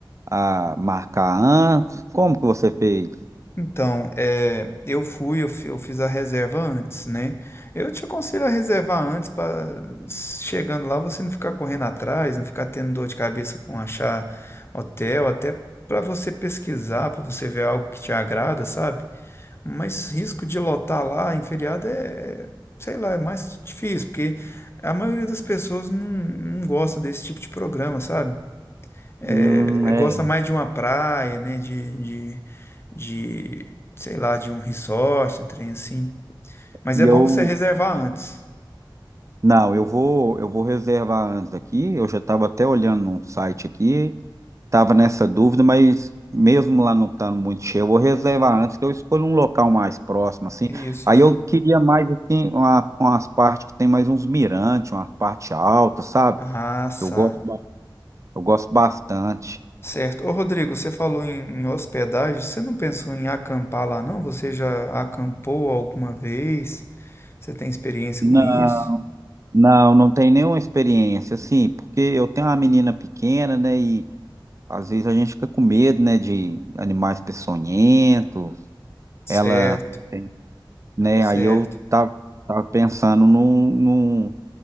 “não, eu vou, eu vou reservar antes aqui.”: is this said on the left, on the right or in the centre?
Right